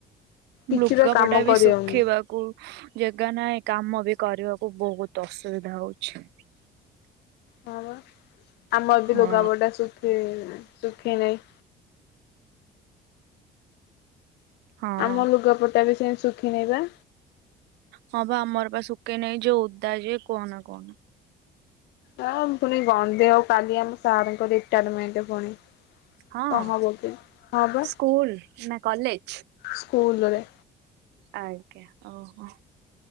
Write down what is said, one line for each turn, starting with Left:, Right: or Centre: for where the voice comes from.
Left: କିଛି
Right: ଲୁଗାପଟା
Left: ବା କାମ କରିହଉନି
Right: ବି ଶୁଖିବାକୁ ଜାଗା ନାହିଁ କାମ ବି କରିବାକୁ ବହୁତ ଅସୁବିଧା ହଉଛି।
Left: ହଁ ପା ଆମର ବି
Right: ହଁ
Left: ଲୁଗା ପଟା ଶୁଖି ସୁଖି ନାହିଁ।
Right: ହଁ
Left: ଆମ ଲୁଗପଟା ବି ସେ ଶୁଖିିନେଇବା।
Right: ହଁ ବା ଆମର ପା ଶୁକେଇ ନାହିଁ ଯ ଓଦା ଯିଏ କୁହନା କୁହନା।
Left: ହଁ ପୁଣି ଗନ୍ଧେ ଆଉ କାଲି ଆମ ସାର ଙ୍କ ରିଟାୟାରମେଣ୍ଟ ପୁଣି।
Right: ହଁ
Left: କଣ ହବ କି? ହଁ ବା
Right: ସ୍କୁଲ ନା କଲେଜ?
Left: ସ୍କୁଲରେ।
Right: ଆଜ୍ଞା ଓହୋ।